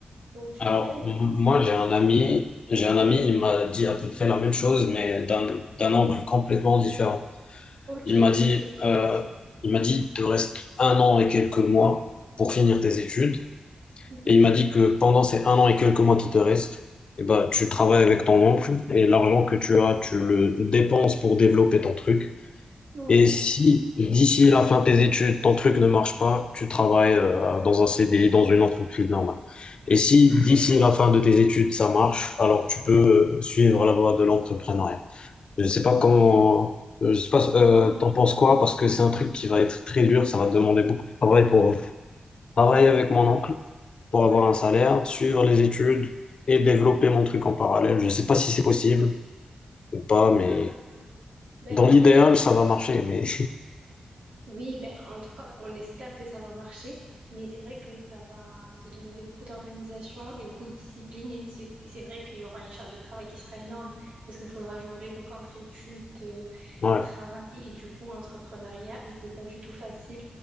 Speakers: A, on the right; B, on the left.
A: Donc, je
B: Alors,
A: dirais, euh,
B: m- moi,
A: c'est ça mes
B: j'ai
A: tips.
B: un ami, j'ai un ami,
A: Mhm.
B: il m'a dit à peu près la même chose, mais d'un, d'un angle complètement différent.
A: Ok.
B: Il
A: Et
B: m'a dit,
A: qu'est-ce qu'il
B: euh,
A: t'a dit?
B: il m'a dit, il te reste un an et quelques mois pour finir tes
A: Ouais.
B: études.
A: Mhm.
B: Et il m'a dit que pendant ces un an et quelques mois qui te restent, eh ben, tu travailles avec ton oncle et l'argent que tu as, tu le dépenses pour développer ton truc.
A: Ouais,
B: Et si d'ici la fin de tes études, ton truc ne marche pas, tu travailles euh, dans un CDI, dans une entreprise normale. Et si d'ici
A: ok.
B: la fin de tes études, ça marche, alors tu peux euh, suivre la voie de l'entrepreneuriat. Je ne sais pas comment, euh, je sais pas, euh,
A: Non, mais-
B: t'en penses quoi, parce que c'est un truc qui va être très dur, ça va te demander beaucoup de travail pour travailler avec mon oncle pour
A: ouais.
B: avoir un salaire, suivre les études et développer mon truc en parallèle. Je ne sais pas si c'est possible ou pas, mais
A: Euh, ben,
B: dans
A: en
B: l'idéal,
A: vrai, je-
B: ça va marcher. Mais
A: oui, ben, en tout cas, on espère que ça va marcher, mais c'est vrai que ça va te demander beaucoup d'organisation et beaucoup de discipline. Et c'est c'est vrai qu'il y aura une charge de travail qui sera énorme parce qu'il faudra jongler donc entre études, euh,
B: <laughs> ouais,
A: travail et du coup entrepreneuriat, et c'est pas du tout facile.